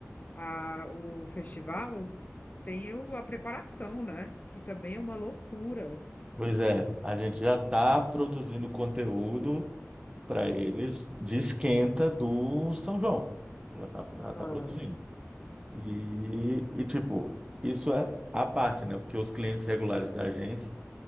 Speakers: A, on the left; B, on the right.
A: a, o festival, tem o- a preparação, né? Que também é uma loucura.
B: Pois é, a gente já está produzindo conteúdo para eles de esquenta do São João. Já está
A: Aham.
B: já tá produzindo. E, e, tipo, isso é a parte, né? Porque os clientes regulares da agência